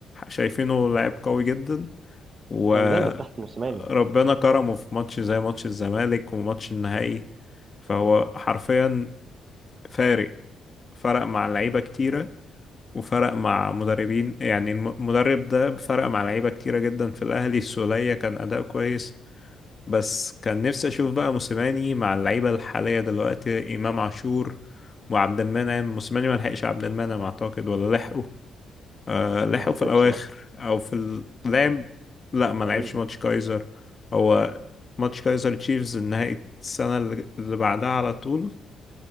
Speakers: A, on the left; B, on the right.
A: شايفينه لاعب قوي جدا وربنا
B: كان جامد تحت موسيماني
A: كرمه في ماتش زي ماتش الزمالك وماتش النهائي فهو حرفيا فارق فرق مع لعيبة كتيرة وفرق مع مدربين يعني الم- المدرب ده فرق مع لعيبة كتيرة جدا في الأهلي السولية كان أداء كويس بس كان نفسي أشوف بقى موسيماني مع اللعيبة الحالية دلوقتي إمام عاشور وعبد المنعم موسيماني ما لحقش عبد المنعم أعتقد ولا لحقه آه لحقه
B: ما اعتقدش
A: في الأواخر
B: لا
A: أو في اللعب لا ما
B: تقريبا
A: لعبش ماتش كايزر هو ماتش كايزر تشيفز نهائي السنة اللي اللي بعدها على طول